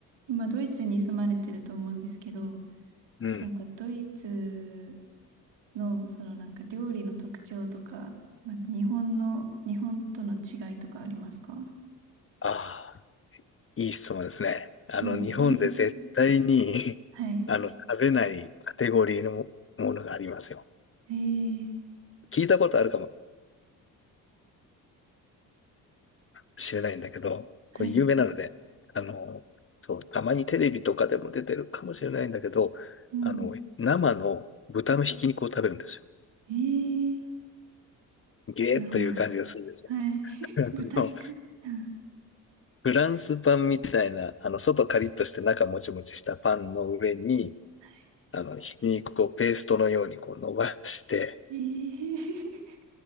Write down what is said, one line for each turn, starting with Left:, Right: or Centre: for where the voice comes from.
Right: 今、ドイツに住まれてると思うんですけど、
Left: うん。
Right: なんかドイツのそのなんか料理の特徴とか、なんか日本の、日本との違いとかありますか
Left: ああ、いい質問ですね。あの、
Right: うん。
Left: 日本で絶対に
Right: <laughs> はい。
Left: <laughs> あの、食べないカテゴリーのものがありますよ。
Right: ええ
Left: 聞いたことあるかもしれないんだけど、
Right: はい。
Left: これ有名なので、あの、そう、たまにテレビとかでも出てるかもしれないんだけど、
Right: うん。
Left: あの、生の豚のひき肉を食べるんですよ。
Right: ええ
Left: ゲーッという感じがするでしょ。
Right: 生。はい。
Left: <laughs>
Right: <laughs> 豚肉。
Left: あの
Right: うん
Left: フランスパンみたいな、あの、外カリッとして中もちもちしたパンの上に、
Right: は
Left: あの、ひき肉をペーストのようにこう伸ばして、
Right: い。ええ